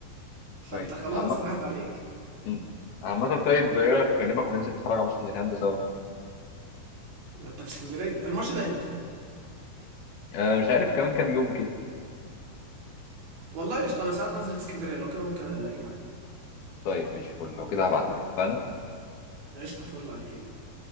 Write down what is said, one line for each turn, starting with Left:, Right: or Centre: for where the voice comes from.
Right: فانت
Left: طيب
Right: خلاص
Left: عم...
Right: راحت عليك
Left: مم. عامة طيب ايه رايك اكلمك وننزل نتفرج على ماتش توتنهام ده سوا
Right: انت في اسكندريه الماتش ده امتى
Left: آه مش عارف كمان كام يوم كده
Right: والله قشطه انا ساعات بنزل اسكندريه لو كده ممكن اجي معاك
Left: طيب ماشي فل لو كده هبعت لك اتفقنا
Right: قشطه فل عليك